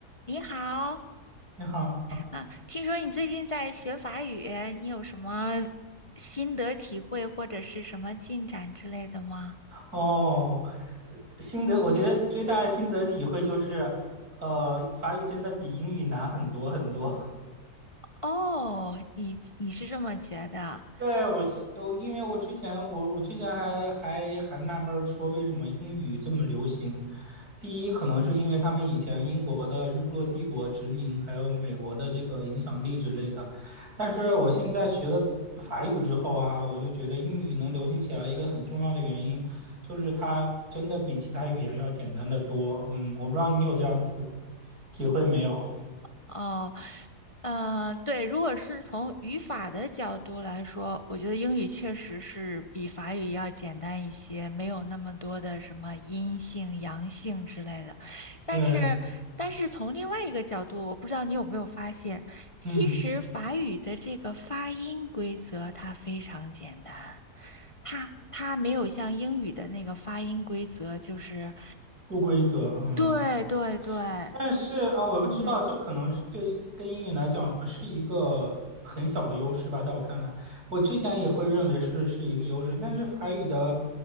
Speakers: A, on the left; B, on the right.
A: 你好，
B: 你好，
A: 啊，听说你最近在学法语，你有什么心得体会或者是什么进展之类的吗？
B: 哦，心得，我觉得最大的心得体会就是，呃，法语真的比英语难很多很多。
A: 哦，你你是这么觉得？
B: 对，我现我因为我之前我我之前还还还纳闷儿说为什么英语这么流行。第一，可能是因为他们以前英国的日不落帝国殖民，还有美国的这个影响力之类的。但是我现在学了法语之后啊，我就觉得英语能流行起来的一个很重要的原因，就是它真的比其他语言要简单的多。嗯，我不知道你有这样的体会体会没有？
A: 哦，呃，对，如果是从语法的角度来说，我觉得英语确实是比法语要简单一些，没有那么多的什么阴性、阳性之类的。但是，
B: 对，
A: 但是从另外一个角度，我不知道你有没有发现，其实法语的这个发音规则它非常简单，
B: 嗯，
A: 它它没有像英语的那个发音规则，就是，
B: 不规则，嗯。
A: 对对对，
B: 但是啊，我知道这可能是对于跟英语来讲是一个很小的优势吧，
A: 嗯。
B: 在我看来，我之前也会认为是是一个优势，但是法语的